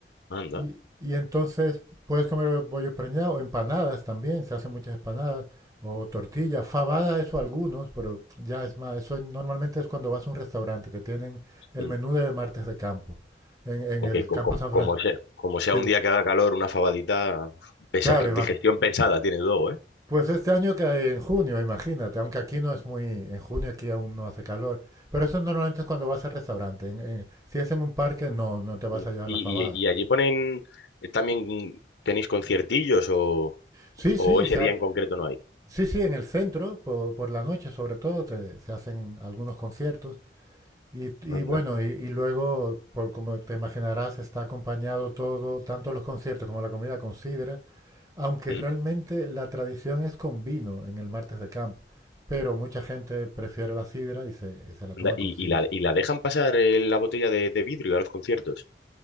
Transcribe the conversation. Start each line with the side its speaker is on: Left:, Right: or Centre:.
Left: Anda.
Right: Y, y entonces puedes comer bollos preñados, empanadas también, se hacen muchas empanadas, o tortillas, fabada, eso algunos, pero ya es más, eso normalmente es cuando vas a un restaurante que tienen el
Left: ¿Mm?
Right: menú de martes de campo, en, en
Left: Aunque
Right: el
Left: co-
Right: campo
Left: como,
Right: San
Left: como
Right: Francisco.
Left: sea, como sea
Right: Sí,
Left: un día que haga calor, una fabadita, uf, pesa-
Right: claro, ima-
Left: digestión pesada tiene luego, ¿eh?
Right: pues este año que en junio, imagínate, aunque aquí no es muy, en junio aquí aún no hace calor, pero eso normalmente es cuando vas al restaurante, en- en- si es en un parque no, no te vas
Left: ¿Mm?
Right: a llevar
Left: ¿Y,
Right: la fabada.
Left: y, y allí ponen eh, también, tenéis conciertillos o...?
Right: Sí,
Left: O
Right: sí,
Left: ese
Right: se
Left: día
Right: ha-
Left: en concreto no hay.
Right: Sí, sí, en el centro, por por, la noche sobre todo, te- se hacen algunos conciertos. Y, y
Left: Anda.
Right: bueno, y, y luego, por como te imaginarás, está acompañado todo, tanto los conciertos como la comida con sidra, aunque
Left: Mm.
Right: realmente la tradición es con vino en el martes de camp, pero mucha gente prefiere la sidra y se, y se la toma
Left: Anda, ¿Y,
Right: con sidra.
Left: y la, y la dejan pasar eh, la botella de, de vidrio a los conciertos?